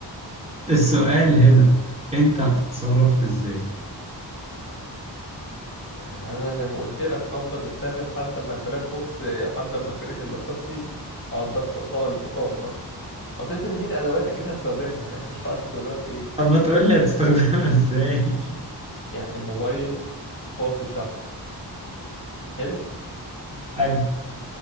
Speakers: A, on the right (about 15°); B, on the left (about 30°).
A: السؤال هنا انت هتتصرف ازاي
B: يعني انا زي ما قلت لك هفضل مستني لحد اما البلاك بوكس لحد اما فرقه الانقاذ تيجي اقعد بس اصارع البقاء مش اكتر اصل انت مديني ادوات اكيد هستخدمها يعني <laughs> أنا مش عارف استخدمها في ايه
A: طب ما تقول لي هتستخدمها ازاي
B: يعني الموبايل فاصل شحن حلو
A: <laughs> حلو